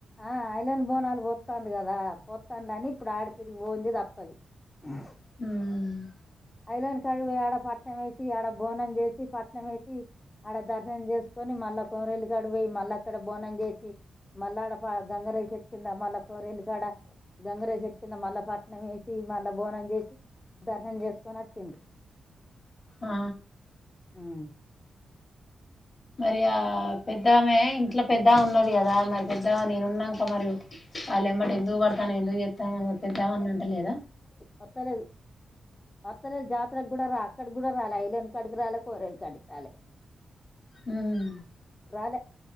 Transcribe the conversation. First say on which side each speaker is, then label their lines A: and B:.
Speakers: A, on the left; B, on the left.
A: ఆ అయ్ లేని బోనాలు ఓత్తాంది గలా పోత్తాన్లని ఇప్పుడు ఆడికి ఇది ఓంది తప్పది ఆ <unintelligible>
B: మ్మ్మ్
A: ఐలేని కాడికి ఓయి ఆడ పట్నం వేసి ఆడ బోనం జేసి పట్నం వేసి ఆడ దర్శనం జేస్కొని మళ్ళా కొరేలు కాడి ఓయి మళ్ళా అక్కడ బోనం జేసి మళ్ళాడ గంగరేగు చెట్టు కింద మళ్ళ కొరేలు కాడ గంగరేగుచెట్టు కింద మళ్ళా పట్నం వేసి మళ్ళ బోన జేసి దర్శనం జేసుకొని అచ్చింది
B: ఆ
A: మ్మ్
B: మరి ఆ పెద్దామే ఇంట్లో పెద్ద ఆమె ఉన్నది కదా మరి పెద్ద ఆమె నేనున్నక మరి వాళ్ళు ఏమ్మట ఎందుకు పడతనవ్ ఎందుకు చేత్తనవు పెద్దామె అన్న అంటలేదా
A: వత్తలేదు వత్తలె జాతర గూడా రా అక్కడ గూడా రాలే ఐలేని కాడికి రాలే కొరేల్ కాడికి రాలే
B: హ్మ్
A: రాలే